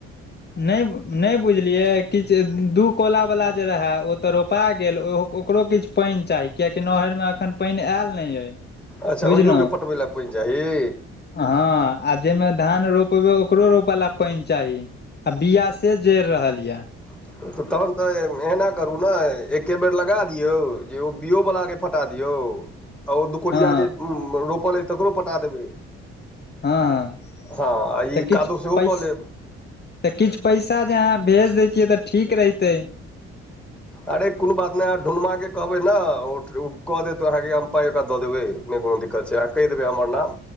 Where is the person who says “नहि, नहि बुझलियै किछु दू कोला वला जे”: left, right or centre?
Left